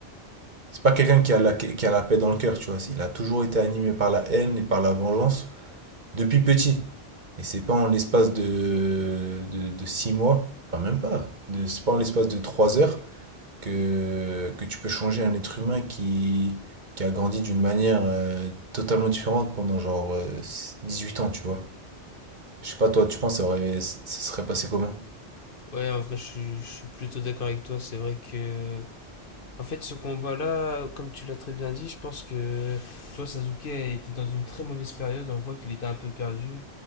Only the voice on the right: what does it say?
C'est pas quelqu'un qui a la, qui a la paix dans le cœur, tu vois. Il a toujours été animé par la haine et par la vengeance depuis petit. Et c'est pas en l'espace de, de, de six mois, enfin même pas, de- c'est pas en l'espace de trois heures que, que tu peux changer un être humain qui, qui a grandi d'une manière euh, totalement différente pendant genre euh, huit ans, tu vois. Je sais pas, toi, tu penses que ça aurait, ça serait passé comment?